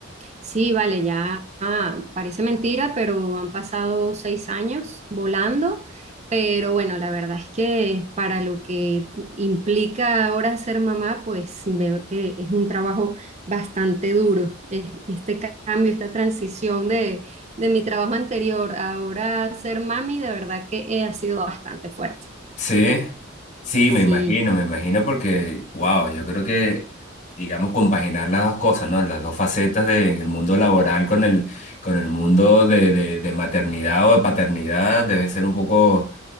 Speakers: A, on the right; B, on the left.
A: Sí, vale, ya ah, parece mentira, pero han pasado seis años volando. Pero bueno, la verdad es que para lo que implica ahora ser mamá, pues veo que es un trabajo bastante duro. Es- Este cambio, esta transición de, de mi trabajo anterior a ahora ser mami, de verdad que eh, ha sido bastante fuerte.
B: Sí, sí,
A: Sí.
B: me imagino, me imagino porque, wow, yo creo que, digamos, compaginar las dos cosas, ¿no? Las dos facetas de, en el mundo laboral con el, con el mundo de, de, de maternidad o de paternidad debe ser un poco